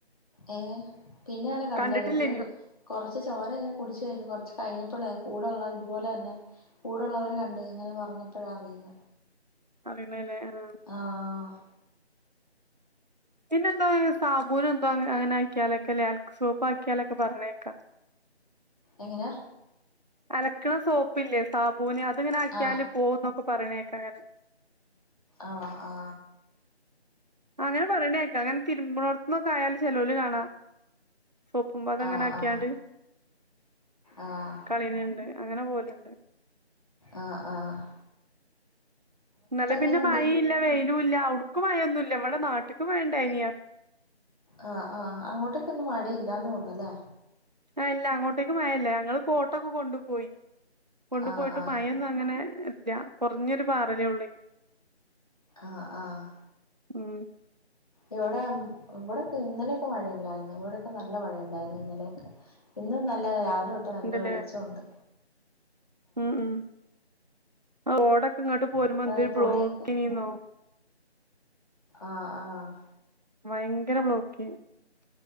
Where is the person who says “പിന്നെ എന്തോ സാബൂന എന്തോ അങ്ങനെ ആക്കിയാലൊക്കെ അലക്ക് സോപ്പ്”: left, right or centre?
Right